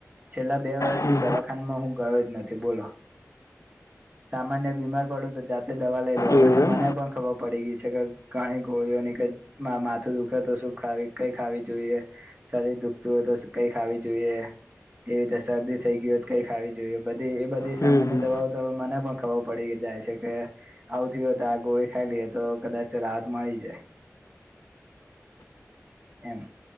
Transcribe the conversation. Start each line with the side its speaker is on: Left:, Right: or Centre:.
Right: છેલ્લા બે વર્ષથી
Left: હમ
Right: દવાખાનામાં હું ગયો જ નથી બોલો. સામાન્ય બીમાર પડું તો જાતે દવા લઈ લ તો હવે
Left: એવું
Right: તો મને
Left: એમ
Right: પણ ખબર પડી ગઈ છે કે ઘણી ગોળીઓની કે મા માથું દુખે તો શું ખાવી કઈ ખાવી જોઈએ શરીર દુખતું હોય તો સ કઈ ખાવી જોઈએ એવી રીતે શરદી થઈ ગઈ હોય તો કઈ ખાવી જોઈએ, બધી એ બધી
Left: હમ
Right: સામાન્ય
Left: હમ
Right: દવાઓ તો મને પણ ખબર પડી જાય છે કે આવથી હોય <unintelligible> આ ગોળી ખાઈ લઈએ તો કદાચ રાહત મળી જાય. એમ.